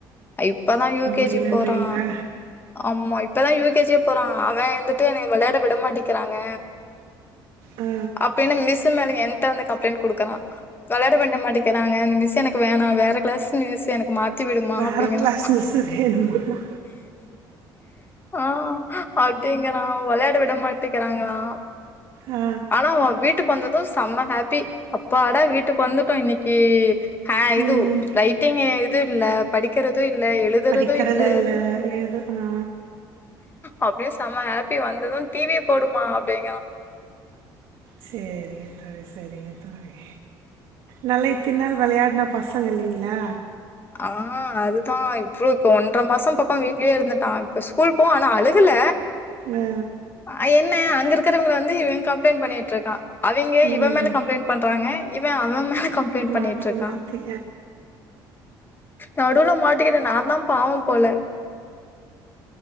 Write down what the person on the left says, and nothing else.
இப்பதா யூ கே
ஜி போறா ஆமா இப்பதா யூ கே ஜி யே போறா அவெ இருந்துட்டு என்ன வெளயாட விட மாட்டிகுறாங்க
அப்டின்னு மிஸ்சு மேல எனட்ட வந்து கம்ப்ளைண்ட் குடுக்குறா வெளாட விட மாட்டேங்குறாங்க இந்த மிஸ் எனக்கு வே நா வேற கிளாஸ் மிஸ் எனக்கு மாத் மா
அப்படிங்கலா
ஆ அப்படிங்குறா வெளையாட விட மாட் கத்துக்கிறாங்களா
ஆனா வீட்டுக்கு வந்தது செம்ம ஹேப்பி அப்பாடா வீட்டுக்கு வந்துட்டோ இன்னைக்கு ஹா இதுவ்
லைட்டிங் இதுல்ல படிக்கிறது து இல்ல எழுதுறது
இல்ல
அப்டியே செம்ம ஹாப்பி வந்தது டிவிய போடுமா அப் <inaudible>
ஆ அதுதா இப்ப இப்ப ஒன்ற மாசம் பக்கொ வீட்லயே இருந்துட்டான் இப்போ ஸ்கூல் போவு ஆனா அழுகல
அ என்ன அங்க இருக் க்கிறவங்கள வந்து இவெ கம்ப்ளைண்ட் பண்ணிட்டு இருக்கான் அவெங்க
இவன் மேல கம்ப்ளைண்டட் பண்றாங்க இவன் அவன் மேல கம்ப்ளைண்டட்
பண்ணிட்டு இருக்கா
நடுவுல மாட்டிக்கிறே நான்தா பாவம் போல